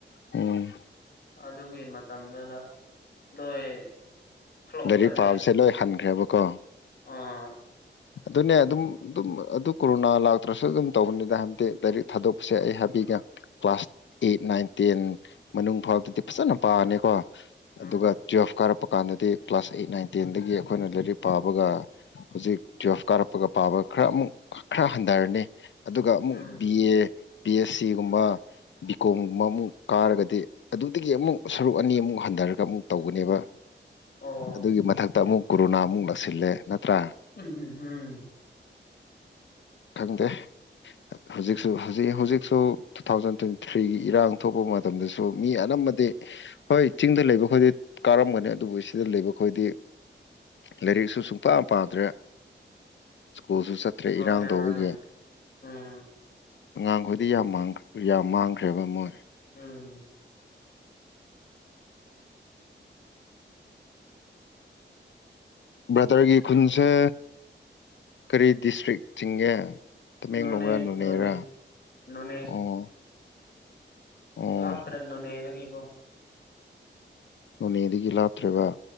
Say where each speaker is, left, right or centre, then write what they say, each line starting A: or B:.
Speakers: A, on the left (about 70°); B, on the left (about 55°).
A: ꯎꯝ
B: ꯑꯗꯨꯒꯤ ꯃꯇꯝꯗꯨꯗ ꯂꯣꯏ ꯐ꯭ꯂꯣꯞ
A: ꯒꯥꯔꯤ
B: ꯆꯠꯂꯦ
A: ꯄꯥꯕꯁꯦ ꯂꯣꯏ ꯍꯟꯈ꯭ꯔꯦꯕꯀꯣ
B: ꯑꯥ
A: ꯑꯗꯨꯅꯦ ꯑꯗꯨꯝ ꯑꯗꯨꯝ ꯑꯗꯨ ꯀꯣꯔꯣꯅꯥ ꯂꯥꯛꯇ꯭ꯔꯁꯨ ꯑꯗꯨꯝ ꯇꯧꯕꯅꯤꯗ ꯍꯥꯏꯕꯗꯤ ꯂꯥꯏꯔꯤꯛ ꯊꯥꯗꯣꯛꯄꯁꯦ ꯑꯩ ꯍꯥꯏꯕꯤꯒ ꯀ꯭ꯂꯥꯁ ꯑꯩꯠ ꯅꯥꯏꯟ ꯇꯦꯟ ꯃꯅꯨꯡ ꯐꯥꯎꯗꯗꯤ ꯐꯖꯅ ꯄꯥꯔꯅꯤꯀꯣ
B: ꯎꯝ
A: ꯑꯗꯨꯒ ꯇꯨꯋꯜꯐ ꯀꯥꯔꯛꯄ ꯀꯥꯟꯗꯗꯤ ꯀ꯭ꯂꯥꯁ ꯑꯩꯠ ꯅꯥꯏꯟ ꯇꯦꯟꯗꯒꯤ ꯑꯩꯈꯣꯏꯅ ꯂꯥꯏꯔꯤꯛ ꯄꯥꯕꯒ ꯍꯧꯖꯤꯛ ꯇꯨꯋꯦꯜꯐ ꯀꯥꯔꯛꯄꯒ ꯄꯥꯕ ꯈꯔ ꯑꯃꯨꯛ ꯈꯔ ꯍꯟꯊꯔꯅꯤ ꯑꯗꯨꯒ ꯑꯃꯨꯛ
B: um
A: B A B S ꯁꯤꯒꯨꯝꯕ ꯕꯤ ꯀꯣꯝꯒꯨꯝꯕ ꯑꯃꯨꯛ ꯀꯥꯔꯒꯗꯤ ꯑꯗꯨꯗꯒꯤ ꯑꯃꯨꯛ ꯁꯔꯨꯛ ꯑꯅꯤ ꯑꯃꯨꯛ ꯍꯟ ꯟꯔꯒ ꯑꯃꯨꯛ ꯇꯧꯒꯅꯦꯕ
B: ꯑꯣ
A: ꯑꯗꯨꯒꯤ ꯃꯊꯛꯇ ꯑꯃꯨꯛ ꯀꯣꯔꯣꯅꯥ ꯑꯃꯨꯛ ꯂꯥꯛꯁꯤꯜꯂꯦ ꯅꯠꯇ꯭ꯔꯥ
B: ꯎꯝ ꯎꯝ
A: ꯈꯪꯗꯦ ꯍꯧꯖꯤꯛꯁꯨ ꯍꯧꯖꯤꯛ ꯍꯧꯖꯤꯛꯁꯨ ꯇꯨ ꯊꯥꯎꯖꯟ ꯇ꯭ꯋꯦꯟꯇꯤ ꯊ꯭ꯔꯤꯒꯤ ꯏꯔꯥꯡ ꯊꯣꯛꯄ ꯃꯇꯝꯗꯁꯨ ꯃꯤ ꯑꯅꯝꯕꯗꯤ ꯍꯣꯏ ꯆꯤꯡꯗ ꯂꯩꯕ ꯈꯨꯗꯤ ꯀꯥꯔꯝꯒꯅꯤ ꯑꯗꯨꯕꯨ ꯁꯤꯗ ꯂꯩꯕꯈꯣꯏꯗꯤ ꯂꯥꯏꯔꯤꯛꯁꯨ ꯁꯨꯡꯄ ꯄꯥꯗ꯭ꯔꯦ ꯁ꯭ꯀꯨꯜꯁꯨ ꯆꯠꯇ꯭ꯔꯦ
B: ꯃꯥꯅꯦ
A: ꯏꯔꯥꯡ ꯇꯧꯕꯒꯦ
B: ꯃꯥꯅꯦ ꯎꯝ
A: ꯑꯉꯥꯡꯈꯗꯤ ꯌꯥꯝ ꯌꯥꯝ ꯃꯥꯡꯈ꯭ꯔꯦꯕ ꯃꯣꯏ
B: ꯎꯝ
A: ꯕ꯭ꯔꯗꯔꯒꯤ ꯈꯨꯟꯁꯦ ꯀꯔꯤ ꯗꯤꯁꯇ꯭ꯔꯤꯛ ꯆꯤꯡꯒꯦ ꯇꯃꯦꯡꯂꯣꯡ
B: ꯅꯣꯅꯦ
A: ꯔ ꯅꯣꯅꯦꯔꯥ
B: ꯅꯣꯅꯦ ꯅꯣꯅꯦ
A: ꯑꯣ ꯑꯣ
B: ꯂꯥꯞꯇ꯭ꯔꯅꯅꯦꯔꯒꯦꯀꯣ
A: ꯅꯣꯅꯦꯗꯒꯤ ꯂꯥꯞꯇ꯭ꯔꯦꯕ